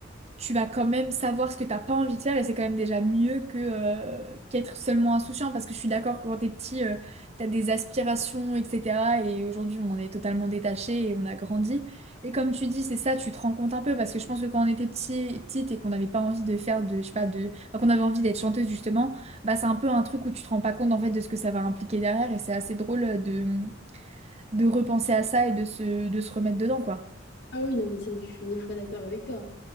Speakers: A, on the right (about 35°); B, on the left (about 60°).
A: tu vas quand même savoir ce que t'as pas envie de faire et c'est quand même déjà mieux que euh, qu'être seulement insouciant parce que je suis d'accord que quand t'es petit euh, t'as des aspirations etc et aujourd'hui on en est totalement détaché et on a grandi et comme tu dis c'est ça tu te rends compte un peu parce que je pense que quand on était petit petite et qu'on n'avait pas envie de faire de je sais pas de enfin, qu'on avait envie d'être chanteuse justement bah c'est un peu un truc où tu te rends pas compte en fait de ce que ça va impliquer derrière et c'est assez drôle de de repenser à ça et de se de se remettre dedans quoi
B: Ah oui, non, mais ça, mais je suis mille fois d'accord avec toi.